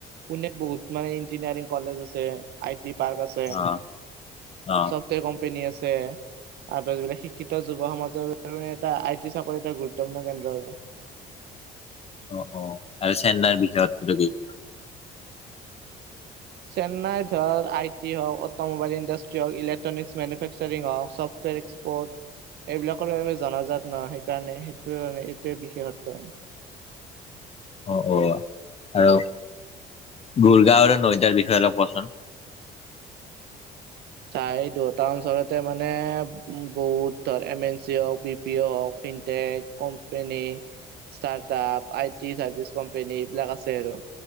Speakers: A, on the right; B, on the left.
A: পুনেত বহুত মানে ইঞ্জিনিয়াৰিং কলেজ আছে। আই টি পাৰ্ক আছে
B: অ' অ'
A: ছফ্টৱেৰ কোম্পেনী আছে। আৰু যিবিলাক শিক্ষিত যুৱ সমাজৰে এটা আই টি চাকৰি এটা গুৰুত্বপূৰ্ণ কেন্দ্ৰ আৰু।
B: অ', অ', আৰু চেন্নাইৰ বিশেষত্ব কি?
A: চেন্নাইত ধৰ আই টি হওক অটমোবাইল এণ্ডষ্ট্ৰী হওক, ইলেকট্ৰনিক মেনুফেকচাৰিং হওক, ছফটৱেৰ এক্সপৰ্ট এইবিলাকৰ কাৰণে জনাজাত ন' সেইকাৰণে সেইটোয়ে হল এইটোৱে বিশেষত্ব
B: অ' অ' আৰু গড়গাঁও আৰু নৈদাৰ বিষয়ে অলপ কোৱাচোন
A: চাই দুটা অঞ্চলতে মানে উম, বহুত ধৰ এম এন চি হওক পিঅ' হওক fintech com <unintelligible> startup I T service company এইবিলাক আছে আৰু